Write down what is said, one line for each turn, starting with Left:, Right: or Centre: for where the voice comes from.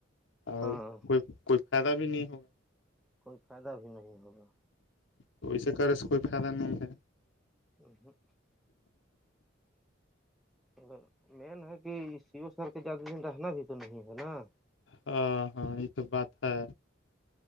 Left: اور
Centre: ہاں
Left: کوئی کوئی فائدہ بھی نہیں ہوگا
Centre: کوئی فائدہ بھی نہیں ہوگا
Left: تو اسیسے کرے سے کوئی فائدہ نہیں ہے
Centre: ھمم ھمم گر مین ہے کہ سیو سال کے زیادہ دن رہنا بھی تو نہیں ہے نا <unintelligible>
Left: ہ ہاں یہ تو بات ہے